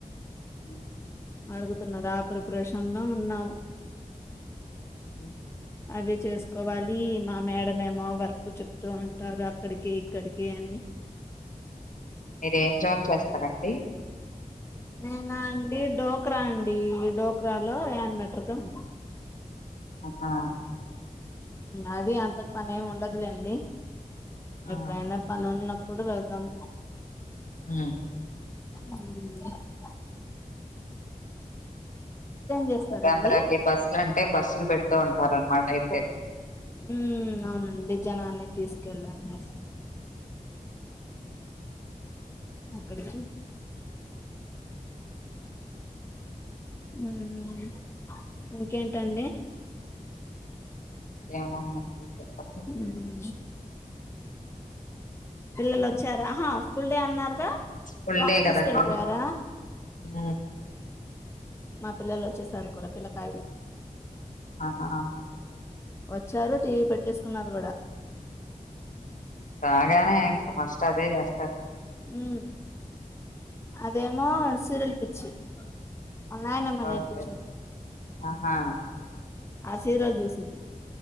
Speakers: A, on the left; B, on the left.
A: హ
B: అడుగుతున్నార ఆ ప్రిపరేషన్ లో ఉన్నాము
A: హ్మ్.
B: అవి చేసుకోవాలి మా మేడమోమొ వర్క్ చెప్తూ ఉంటారు అక్కడికి ఇక్కడికి అని
A: మీరు ఏం జాబ్ చేస్తారండి
B: నేనా అండి ఢోక్రా అండి ఢోక్రాలో యాన్బటర్గా ఉన్న
A: హాహ
B: అది అంత పని ఎం ఉండదులేండి
A: ఆ
B: ఎప్పుడైనా పని ఉన్నప్ ప్పుడు వెళ్తాం
A: మ్
B: మ్ చేస్తారండి
A: అంధ్రాకి బస్సులు అంటే బస్సులు పెడుతూ ఉంటారన్నమాట అయితే
B: మ్ అవునండి జనాన్ని తీసుకెళ్ళాలి అక్కడికి మ్ ఇంకేంటండి
A: ఏముందండి చెప్పండి.
B: మ్ పిల్లలోచ్చారా ఆహా స్కూల్ డే అన్నారుగా
A: ఫుల్
B: బాక్స్
A: డే కదండి
B: తీసుకెళ్ళిపోయారా
A: మ్
B: మా పిల్లలోచ్చేసారు కూడా పిల్లకాయలు
A: ఆహా అ
B: వచ్చారు టీవీ పెట్టేసుకున్నారు కూడా
A: రాగానే ఇంకా ఫస్ట్ అదే చేస్తారు
B: మ్ అదేమో సీరియల్ పిచ్చి మ నాయనమ్మా
A: ఓకే.
B: నేర్పించింది
A: ఆహా!
B: ఆ సీరియల్ చూసిద్ది